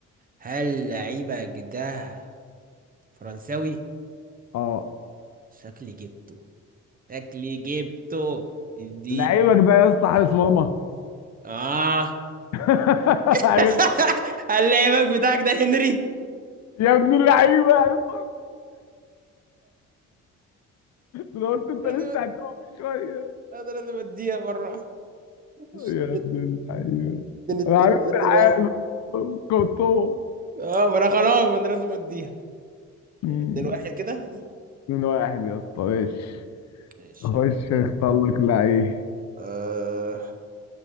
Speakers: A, on the right; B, on the left.
A: هل لعيبة جداه فرنساوي
B: اه
A: شكلي جبته شكلي جبته الدين
B: لعيبك ده يا اسطى حارس مرمى
A: اه
B: <laughs>
A: <laughs>
B: عرفت؟
A: هل لعيبك بتاعك ده هنري
B: يا ابن اللعيبه عرفت؟ انا قلت انت
A: انا
B: لسه هتقف شويه
A: أنا لازم اديها مرة مش
B: يا
A: اتنين
B: ابن اللعيبه
A: اتنين اتنين
B: انا عرفت
A: ولا اتنين
B: الحارس
A: واحد
B: كورتوا
A: اه ما انا خلاص ما انا لازم اديها
B: مم.
A: اتنين واحد كده
B: من واحد يا اسطى ماشي
A: ماشي
B: خش اختار لك لعيب
A: آه